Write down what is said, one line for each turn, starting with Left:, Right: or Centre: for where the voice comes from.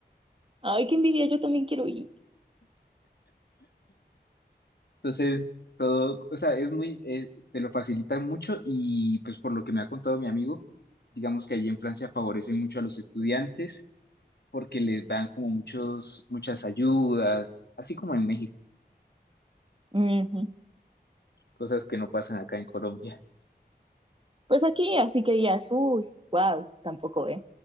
Right: Ay, qué envidia, yo también quiero ir.
Left: Entonces, todo, o sea, es muy, es- te lo facilitan mucho y pues por lo que me ha contado mi amigo, digamos que allí en Francia favorecen mucho a los estudiantes porque les dan como muchos, muchas ayudas, así como en México,
Right: Ujú.
Left: cosas que no pasan acá en Colombia.
Right: Pues aquí, así que ya, uy, wow, tampoco, ¿eh?